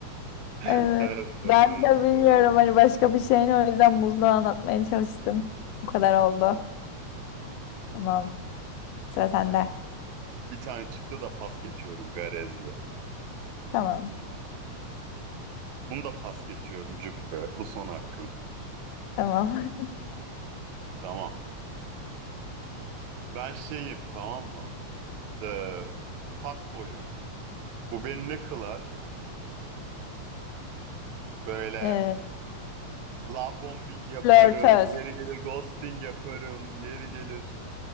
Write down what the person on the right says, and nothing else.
Evet
doğru.
Bir tane çıktı da pas geçiyorum Garez'de.
Bunu da pas geçiyorum Cübbe. Bu son hakkım.
Tamam. Ben şeyim tamam mı? Ee, fuckboy'um. Bu beni ne kılar? Böyle
Love bombing yaparım.
Yeri gelir ghosting yaparım. Yeri gelir.